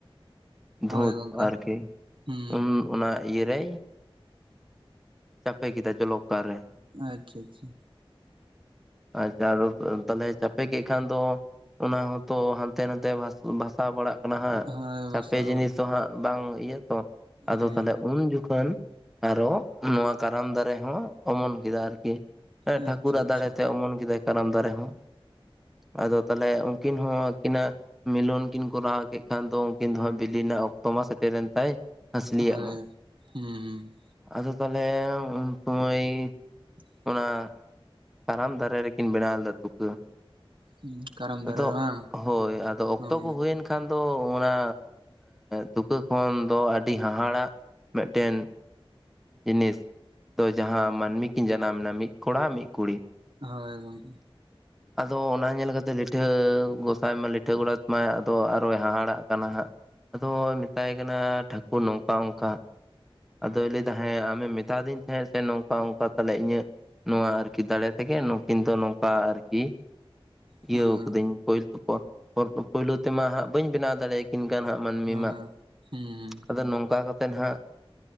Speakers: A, on the right; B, in the centre.
A: ᱦᱳᱭ
B: ᱫᱷᱩᱸᱛ
A: ᱜᱚᱝᱠᱮ
B: ᱟᱨᱠᱤ
A: ᱦᱩᱸ
B: ᱩᱱ ᱚᱱᱟ ᱤᱭᱟᱹ ᱨᱮᱭ ᱪᱟᱯᱮ ᱠᱮᱫᱟ ᱡᱚᱞᱚᱠᱟᱨ ᱨᱮ
A: ᱟᱪᱪᱷᱟ ᱟᱪᱪᱷᱟ
B: ᱟᱪᱪᱷᱟ ᱛᱟᱦᱚᱞᱮ ᱪᱟᱯᱮ ᱠᱮᱫ ᱠᱷᱟᱱ ᱫᱚ ᱚᱱᱟ ᱦᱚᱸᱛᱚ ᱦᱟᱱᱛᱮ ᱱᱟᱛᱮ ᱵᱷᱟᱥᱟᱣ ᱯᱟᱲᱟᱜ ᱠᱟᱱᱟ ᱦᱟᱸᱜ
A: ᱦᱳᱭ
B: ᱪᱟᱯᱮ
A: ᱵᱟᱥᱟ
B: ᱡᱤᱱᱤᱥ
A: ᱚᱲᱟᱜ
B: ᱛᱚ ᱦᱟᱸᱜ ᱵᱟᱝ ᱤᱭᱟᱹ ᱛᱚ ᱟᱫᱚ
A: ᱦᱩᱸ
B: ᱛᱟᱦᱚᱞᱮ ᱩᱱ ᱡᱚᱠᱷᱚᱱ ᱟᱨᱦᱚᱸ ᱱᱚᱣᱟ ᱠᱟᱨᱟᱢ ᱫᱟᱨᱮ ᱦᱚᱸ ᱚᱢᱚᱱ ᱠᱮᱫᱟ ᱟᱨᱠᱤ ᱦᱮᱸ
A: ᱟᱪᱪᱷᱟ
B: ᱴᱷᱟᱹᱠᱩᱨᱟᱜ
A: ᱟᱪᱪᱷᱟ
B: ᱫᱟᱲᱮ ᱛᱮ ᱚᱢᱚᱱ ᱠᱮᱫᱟᱭ ᱠᱟᱨᱟᱢ ᱫᱟᱨᱮ ᱦᱚᱸ ᱟᱫᱚ ᱛᱟᱦᱚᱞᱮ ᱩᱱᱠᱤᱱ ᱦᱚᱸ ᱟᱹᱠᱤᱱᱟᱜ ᱢᱤᱞᱚᱱ ᱠᱤᱱ ᱠᱚᱨᱟᱣ ᱠᱮᱫ ᱠᱷᱟᱱ ᱫᱚ ᱩᱱᱠᱤᱱ ᱫᱚ ᱦᱟᱸᱜ ᱵᱤᱞᱤ ᱨᱮᱱᱟᱜ ᱚᱠᱛᱚ ᱢᱟ ᱥᱮᱴᱮᱨᱨᱮᱱ ᱛᱟᱭ ᱦᱟᱹᱥᱞᱤᱭᱟᱜ
A: ᱦᱳᱭ
B: ᱢᱟ
A: ᱦᱩᱸ
B: ᱾ ᱟᱫᱚ ᱛᱟᱦᱚᱞᱮ ᱩᱱ ᱥᱩᱢᱚᱭ
A: <inaudible>
B: ᱚᱱᱟ ᱠᱟᱨᱟᱢ ᱫᱟᱨᱮ ᱨᱮᱠᱤᱱ ᱵᱮᱱᱟᱣ ᱞᱮᱫᱟ ᱛᱩᱠᱟᱹ
A: ᱦᱩᱸ ᱠᱟᱨᱟᱢ ᱫᱟᱨᱮ
B: ᱟᱫᱚ
A: ᱨᱮ ᱵᱟᱝ
B: ᱦᱳᱭ ᱟᱫᱚ ᱚᱠᱛᱚ
A: ᱦᱚᱸ
B: ᱠᱚ ᱦᱩᱭᱮᱱ ᱠᱷᱟᱱ ᱮᱠᱷᱟᱱ ᱫᱚ ᱚᱱᱟ ᱛᱩᱠᱟᱹ ᱠᱷᱚᱱ ᱫᱚ ᱟᱹᱰᱤ ᱦᱟᱦᱟᱲᱟᱜ ᱢᱤᱫᱴᱮᱱ ᱡᱤᱱᱤᱥ ᱫᱚ ᱡᱟᱦᱟᱸ ᱢᱟᱹᱱᱢᱤ ᱠᱤᱱ ᱡᱟᱱᱟᱢ ᱮᱱᱟ ᱢᱤᱫ ᱠᱚᱲᱟ ᱢᱤᱫ ᱠᱩᱲᱤ
A: ᱦᱳᱭ ᱜᱚᱢᱠᱮ
B: ᱟᱫᱚ ᱚᱱᱟ ᱧᱮᱞ ᱠᱟᱛᱮᱫ ᱞᱤᱴᱷᱟᱹ ᱜᱚᱸᱥᱟᱭ ᱢᱟᱭ ᱞᱤᱴᱷᱟᱹ ᱜᱳᱰᱮᱛ ᱢᱟᱭ ᱟᱫᱚ ᱟᱨᱚᱭ ᱦᱟᱦᱟᱲᱟᱜ ᱠᱟᱱᱟ ᱦᱟᱸᱜ᱾ ᱟᱫᱚ ᱢᱮᱛᱟᱭ ᱠᱟᱱᱟ ᱴᱷᱟᱠᱩᱨ ᱱᱚᱝᱠᱟ ᱚᱝᱠᱟ ᱟᱫᱚᱭ ᱞᱟᱹᱭᱫᱟ ᱦᱮᱸ ᱟᱢᱮᱢ ᱢᱮᱛᱟ ᱫᱤᱧ ᱛᱟᱦᱮᱸᱫ ᱥᱮ ᱱᱚᱝᱠᱟ ᱚᱝᱠᱟ ᱛᱟᱦᱚᱞᱮ ᱤᱧᱟᱹᱜ ᱱᱚᱣᱟ ᱟᱨᱠᱤ ᱫᱟᱲᱮ ᱛᱮᱜᱮ ᱱᱩᱠᱤᱱ ᱫᱚ ᱱᱚᱝᱠᱟ ᱟᱨᱠᱤᱼᱼ
A: ᱦᱚᱸ
B: ᱤᱭᱟᱹᱣ ᱠᱟᱹᱫᱟᱹᱧ <unintelligible> ᱯᱳᱭᱞᱳ ᱛᱮᱢᱟ ᱦᱟᱸᱜ ᱵᱟᱹᱧ ᱵᱮᱱᱟᱣ ᱫᱟᱲᱮ ᱟᱹᱠᱤᱱᱠᱟᱱ ᱦᱟᱸᱜ ᱢᱟᱹᱱᱢᱤ
A: ᱦᱚᱸ
B: ᱢᱟ,
A: ᱦᱩᱸ ᱦᱩᱸ
B: ᱟᱫᱚ ᱱᱚᱝᱠᱟ ᱠᱟᱛᱮ ᱦᱟᱸᱜ᱾